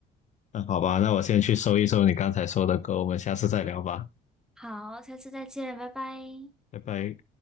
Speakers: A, on the left; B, in the centre.
A: 那好吧，那我先去搜一搜你刚才说的歌，我们下次再聊吧，
B: 好，下次再见，拜拜。
A: 拜拜。